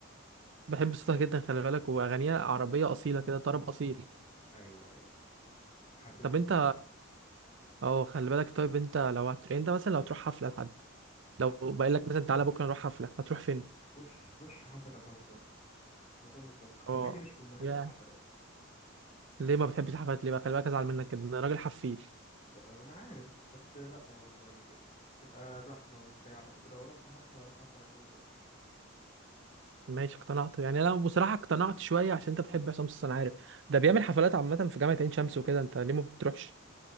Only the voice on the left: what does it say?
ايوه ايوه حسيت
من
صوتك كده
وش وش حفلة عصام صوص من غير ما افكر
مع اني مش من محب
الحفلات
انا عارف بس لا برضه يعني تبقى زحمه وبتاع بس لو رحت حفله هروح حفله لعصام صوصه